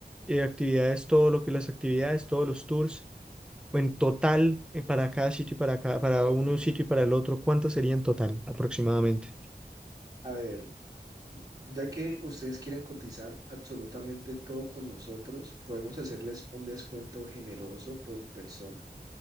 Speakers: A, in the centre; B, on the right (about 20°).
A: eh, actividades, todo lo que las actividades, todos los tours, o en total, eh, para cada sitio y para cada, para un sitio y para el otro, ¿cuánto sería en total aproximadamente?
B: A ver, ya que ustedes quieren cotizar absolutamente todo con nosotros, podemos hacerles un descuento generoso por persona.